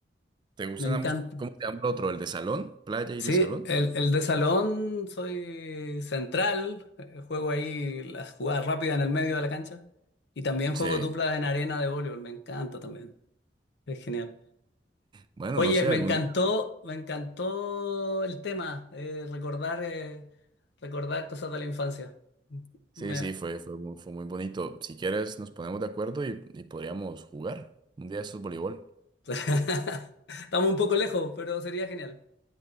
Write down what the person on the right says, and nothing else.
¿Te gustan
ambos? ¿Cómo se llama el otro? ¿El de salón? ¿Playa y
de salón?
Sí,
bueno,
no sé,
algún
día.
Sí,
sí, fue, fue, mu- fue muy bonito. Si quieres, nos ponemos de acuerdo y, y podríamos jugar un día de estos voleibol.